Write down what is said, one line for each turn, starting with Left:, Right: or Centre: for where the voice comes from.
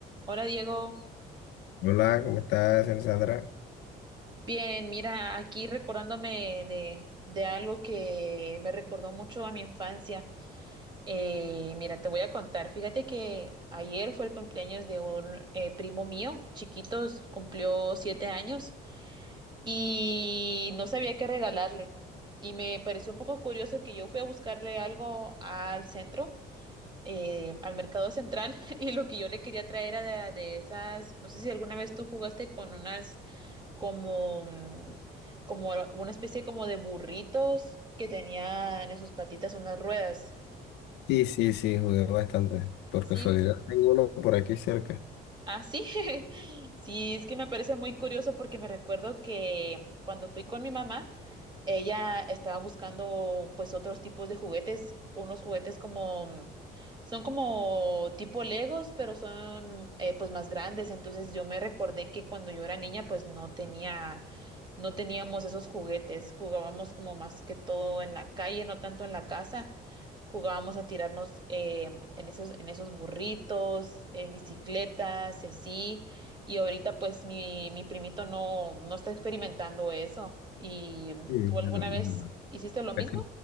Right: Hola Diego,
Left: Hola, ¿cómo estás, Alessandra?
Right: bien, mira, aquí recordándome de, de algo que me recordó mucho a mi infancia. Eh, mira, te voy a contar, fíjate que ayer fue el cumpleaños de un eh, primo mío, chiquitos, cumplió siete años y no sabía qué regalarle. Y me pareció un poco curioso que yo fui a buscarle algo al centro, eh, al mercado central, <laughs> y lo que yo le quería traer era de de esas, no sé si alguna vez tú jugaste con unas como, mm, como una especie como de burritos que tenían en sus patitas unas ruedas.
Left: Sí, sí, sí, jugué bastante. Por
Right: Sí,
Left: casualidad, tengo uno por aquí cerca.
Right: ah, sí. <laughs> Sí, es que me parece muy curioso porque me recuerdo que cuando fui con mi mamá, ella estaba buscando pues otros tipos de juguetes, unos juguetes como... mm, Son como tipo Legos, pero son eh, pues más grandes. Entonces yo me recordé que cuando yo era niña pues no tenía No teníamos esos juguetes, jugábamos como más que todo en la calle, no tanto en la casa. Jugábamos a tirarnos eh, en esos, en esos burritos, en bicicletas y así. Y ahorita pues mi, mi primito no, no está experimentando eso. ¿Y
Left: Sí,
Right: tú alguna
Left: la, de
Right: vez hiciste lo mismo?
Left: la que-